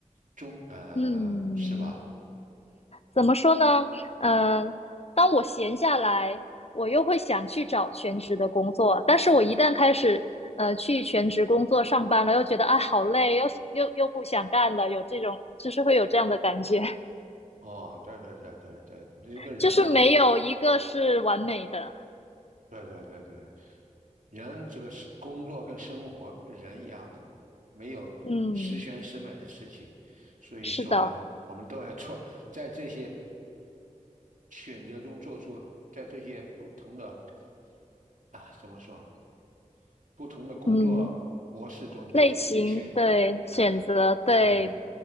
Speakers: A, on the right; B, on the left.
A: 中，呃，
B: 嗯，
A: 是吧？
B: 怎么说呢？嗯、呃当我闲下来，我又会想去找全职的工作，但是我一旦开始呃去全职工作上班了，又觉得哎好累，又又又不想干了，有这种就是会有这样的感觉，<laughs>
A: 哦，对对对对对，这个人嘛，
B: 就是没有一个是完美的。
A: 对对对对，人这个是工作跟生活跟人一样的，没有十全十美的事情，
B: 嗯，
A: 所以说呢，
B: 是的，
A: 我们都要做，在这些选择中做出，在这些不同的啊，怎么说，不同的工作模式中做出自己选择，
B: 嗯，类型对，
A: 对，
B: 选择对
A: 看你